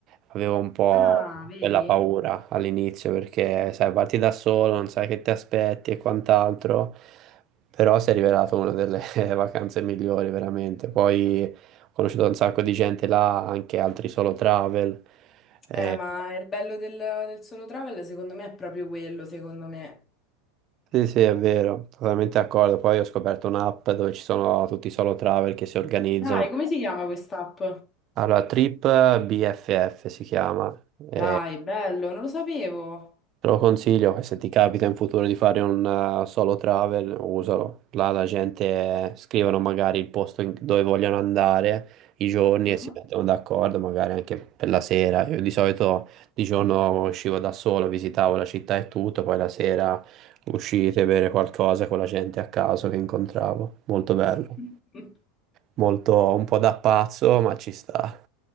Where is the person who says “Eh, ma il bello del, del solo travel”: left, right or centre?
Left